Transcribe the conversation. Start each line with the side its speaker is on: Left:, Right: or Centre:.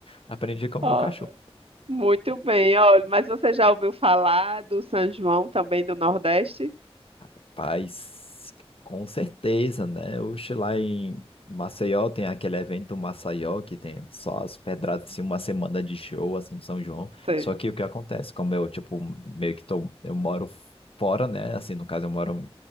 Left: Aprendi com o
Right: Ó,
Left: meu cachorro.
Right: Muito bem, olha, mas você já ouviu falar do São João também do Nordeste?
Left: Rapaz, com certeza, né? Oxe, lá em Maceió tem aquele evento Maceió que tem só as pedradas, assim, uma semana de show, assim, de São João.
Right: Sei,
Left: Só que o que acontece, como eu, tipo, meio que tô, eu moro fora, né? Assim, no caso, eu moro